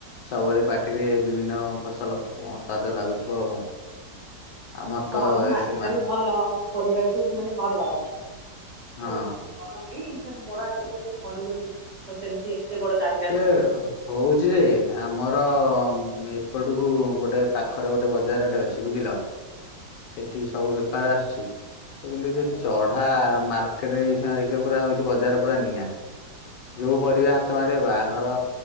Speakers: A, on the left; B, on the right.
A: ସବୁବେଳେ ପାଟିରେ ବିଭିନ୍ନ ଫସଲ ସ୍ଵାଦ ଲାଗୁଥିବ। ଆମର ତ
B: ହଁ ଆମ
A: ଏସେ
B: ମାଟି
A: ମା
B: ଟା ବି ଭଲ ପରିବାକୁ ମାନେ ଭଲ
A: ହଁ
B: ହୁଏ। ଭଲ ହୁଏ କିନ୍ତୁ ଯଦି ବଡ ଆକାରରେ ଯଦି କରିବେଠ ତ ସେମିତି ଏତେ ବଡ ଜାଗ
A: ସେ ହଉଛି ଯେ ଆମର ଏପଟକୁ ଗୋଟେ ପାଖରେ ଗୋଟେ ବଜାର ଟେ ଅଛି ବୁଝିଲ ସେଠି ସବୁ ବେପାର ଆସୁଛି କିନ୍ତୁ ଏ
B: ଆଚ୍ଛା
A: ଯୋଉ
B: ଆଚ୍ଛା
A: ଚଢା ମା ତେବେ ଏଉଛୁଣା ଦେଖିବ ବଜାର ପୁରା ନିଆଁ ଯୋଉ ପରିବା ହାତ ମାର ରେ ବାହାଘର